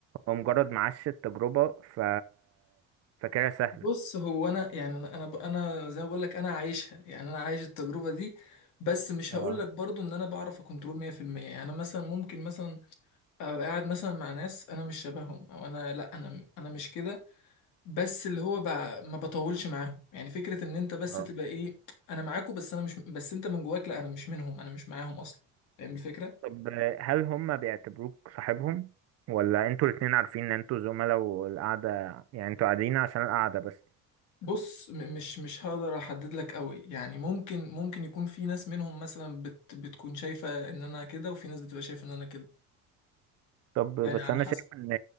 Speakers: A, on the right; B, on the left.
A: هو مجرد معاش التجربة ف فاكرها سهلة
B: بص هو انا يعني انا انا ب- أنا زي ما بقول لك انا عايشها يعني انا عايش التجربه دي بس مش
A: اه
B: هقول لك برضو ان انا بعرف اكنترول 100% يعني أنا مثلا ممكن مثلا ابقى قاعد مثلا مع ناس انا مش شبههم او انا لا انا انا مش كده بس اللي هو ب... ما بطولش معاهم يعني فكره ان انت بس
A: اه
B: تبقى ايه انا معاكوا بس انا مش بس انت من جواك لا انا مش منهم انا مش معاهم اصلا فاهم الفكره
A: طب هل هم بيعتبروك صاحبهم ولا انتوا الاتنين عارفين ان انتوا زملاء والقعدة يعني انتوا قاعدين عشان القعدة بس
B: بص م- مش مش هقدر احدد لك قوي يعني ممكن ممكن يكون في ناس منهم مثلا بت بتكون شايفة ان انا كده وفي ناس بتبقى شايفة ان انا كده
A: طب بس
B: يعني على
A: انا
B: حسب
A: شايف ان